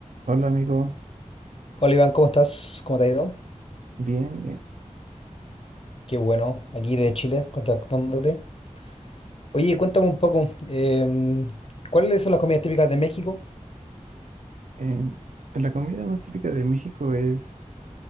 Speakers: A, on the right (about 75°); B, on the left (about 50°).
A: Hola amigo,
B: Hola Iván, ¿cómo estás? ¿Cómo te ha ido?
A: bien. eh,
B: Qué bueno, aquí de Chile, contactándote. Oye, cuéntame un poco, em, ¿cuáles son las comidas típicas de México?
A: em, la comida más típica de México es